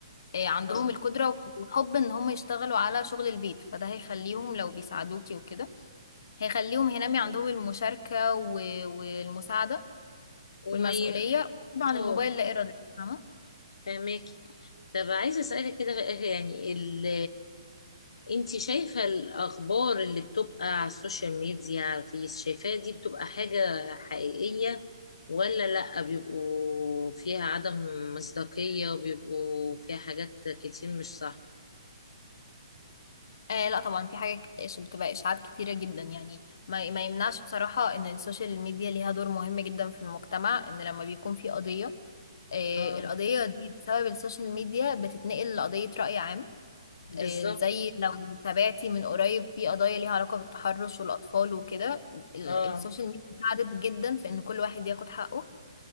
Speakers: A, on the left; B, on the left.
A: آه، عندهم
B: آه.
A: القدرة وح- وحب ان هم يشتغلوا على شغل البيت فده هيخليهم لو بيساعدوكي وكده هيخليهم هينمي عندهم المشاركة و- والمساعدة
B: وما
A: والمسؤولية
B: ي...
A: عن
B: اه
A: الموبايل لا إرادة فاهمة
B: فهماكي طب عايزه اسالك كده في الاخر يعني ال... انت شايفه الاخبار اللي بتبقى على السوشيال ميديا على الفيس شايفاها دي بتبقى حاجه حقيقيه ولا لا بيبقوا فيها عدم مصداقيه وبيبقوا فيها حاجات كتير مش صح
A: آه لا طبعا في حاجات كت- إش- بتبقى اشاعات كتيره جدا يعني ما ما يمنعش بصراحه ان السوشيال ميديا ليها دور مهم جدا في المجتمع ان لما بيكون في قضيه آه
B: اه
A: القضيه دي بسبب السوشيال ميديا بتتنقل لقضيه راي عام
B: بالظبط
A: آه زي لو تابعتي من قريب في قضايا ليها علاقه بالتحرش والاطفال وكده ال-
B: اه
A: السوشيال ميديا ساعدت جدا في ان كل واحد ياخد حقه